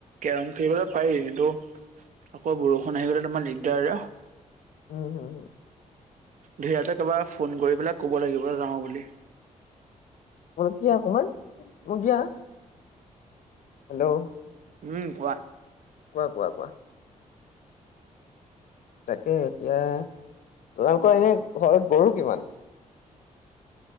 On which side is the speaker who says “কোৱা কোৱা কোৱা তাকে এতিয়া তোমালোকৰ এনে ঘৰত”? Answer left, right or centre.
Left